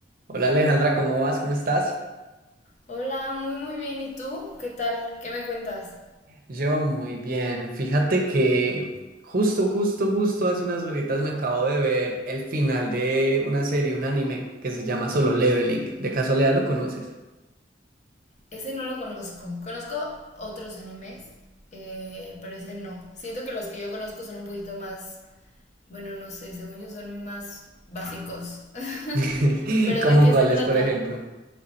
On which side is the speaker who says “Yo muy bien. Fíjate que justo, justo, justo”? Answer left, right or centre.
Right